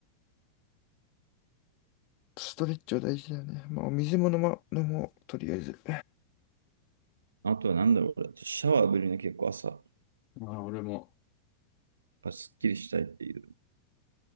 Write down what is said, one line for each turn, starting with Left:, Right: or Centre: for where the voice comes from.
Left: ストレッチは大事だよね。まあ、お水も飲ま、飲もう、とりあえず。
Right: あとはなんだろうシャワー浴びるね、結構朝、やっ
Left: まあ、俺も、
Right: ぱすっきりしたいっていう。